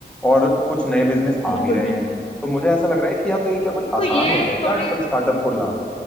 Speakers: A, in the centre; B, on the left.
A: और कुछ नए बिजनेस आ
B: बिल्कुल
A: भी रहे
B: बिल्कुल
A: हैं तो मुझे ऐसा लग रहा है कि या तो ये क्या कोई
B: देखो
A: आसान
B: ये
A: हो गया है क्या
B: थोड़ी
A: आजकल स्टार्टअप खोलना